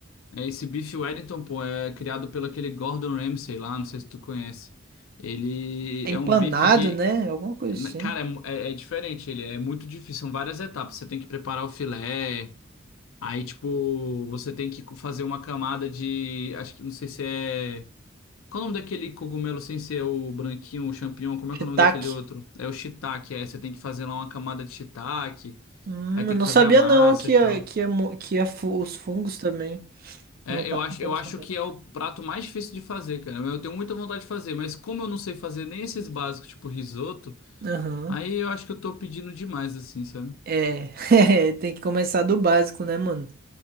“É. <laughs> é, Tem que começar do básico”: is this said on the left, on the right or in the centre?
Right